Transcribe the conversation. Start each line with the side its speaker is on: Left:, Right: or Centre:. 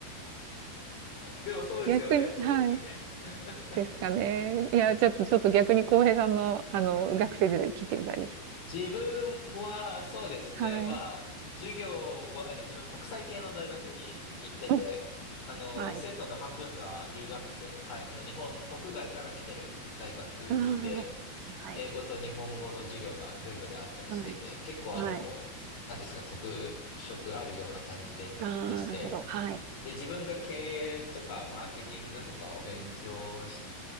Left: でもそうですよね。
Right: 逆に、
Left: そうですよね。
Right: はい。
Left: <laughs>
Right: ですかね。いや、ちょっと、ちょっと逆に浩平さんの、あの、学生時代聞いてみたいです。
Left: 自分はそうですね。
Right: はい。
Left: まあ、授業は、あの、自分国際系の大学に行ってて、
Right: うん
Left: あの、
Right: はい。
Left: 生徒の半分が留学生、か、あの、日本国外から来てる大学で、
Right: ああ、はい。
Left: 英語と日本語の授業が全部であったりしてて、
Right: はい。
Left: 結構あの、
Right: はい。
Left: なんていうんですか、特色あるような感じで、
Right: ああ、
Left: でして、
Right: なるほど。はい。
Left: で、自分が経営とかマーケティングとかを勉強し